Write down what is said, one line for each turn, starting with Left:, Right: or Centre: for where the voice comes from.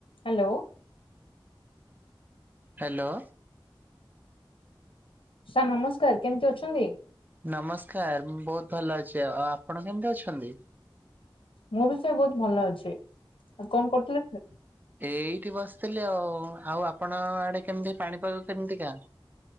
Left: Hello.
Right: Hello.
Left: Sir ନମସ୍କାର କେମତି ଅଛନ୍ତି?
Right: ନମସ୍କାର, ବହୁତ ଭଲ ଅଛି ଆଉ। ଆଉ ଆପଣ କେମତି ଅଛନ୍ତି?
Left: ମୁଁ ବି ସାର୍ ବହୁତ ଭଲ ଅଛି। ଆଉ କ'ଣ କରୁଥିଲେ ସାର୍?
Right: ଏଇଠି ବସଥିଲି ଆଉ। ଆଉ ଆପଣ ଆଡେ କେମତି ପାଣି ପାଗ କେମତିକା?